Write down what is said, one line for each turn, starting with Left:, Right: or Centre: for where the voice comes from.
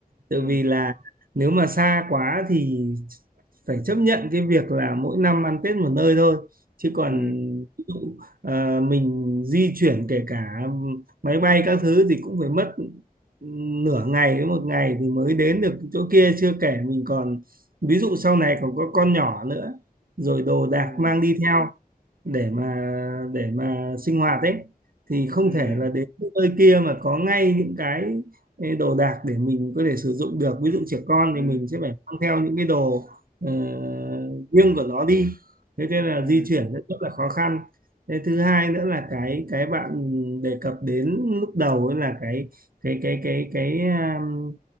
Right: tự
Left: ừ
Right: vì là nếu mà xa quá thì phải chấp nhận cái việc là mỗi năm ăn Tết một nơi thôi chứ còn
Left: ừ
Right: ví dụ, ờ, mình di chuyển kể cả máy bay các thứ thì cũng phải mất nửa ngày đến một ngày thì mới đến được chỗ kia chưa kể mình còn ví dụ sau này còn có con nhỏ nữa rồi đồ đạc
Left: ừ
Right: mang đi theo để mà để mà sinh hoạt ấy thì không
Left: ừ
Right: thể là đến nơi kia mà có ngay những cái cái đồ đạc để mình có thể sử dụng được ví dụ trẻ con
Left: ừ
Right: thì mình sẽ phải mang theo những cái đồ ờ, riêng của nó đi thế nên là
Left: ừ
Right: di chuyển rất rất là khó khăn thế thứ hai nữa là cái cái bạn đề cập đến lúc đầu ấy là cái cái cái cái cái um,